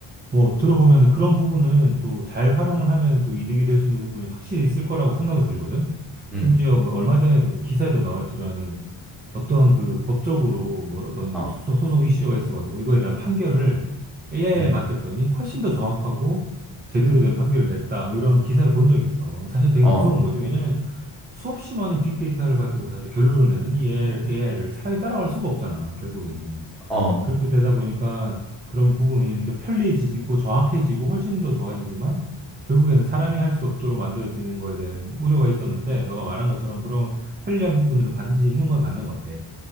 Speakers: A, on the right (about 25°); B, in the centre.
A: 뭐, 들어보면은 그런 부분은 또 잘 활용을 하면 또 이득이 될 수 있는 부분이 확실히 있을 거라고 생각은 들거든.
B: 음,
A: 심지어 뭐 얼마 전에도 뭐 기사에도 나왔지만은 어떤 그 법적으로 뭐 어떤
B: 어,
A: 소송, 소송 이슈가 있어가지고 이거에 대한 판결을 AI에
B: 음,
A: 맡겼더니 훨씬 더 정확하고 제대로 된 판결을 냈다. 뭐 이런 기사를 본 적이 있어. 사실 되게
B: 어,
A: 무서운 거죠. 왜냐면 수없이 많은 빅데이터를 가지고 사실 결론을 내는 이 AI를 사람이 따라갈 수가 없잖아, 결국에는.
B: 어,
A: 그렇게 되다 보니까 그런 부분이 있는데 편리해지고 정확해지고 훨씬 더 좋아지지만 결국에는 사람이 할 수 없도록 만들어지는 거에 대한 우려가 있었는데 너가 말한 것처럼 그런 편리한 부분을 반드시 있는 건 맞는 것 같아.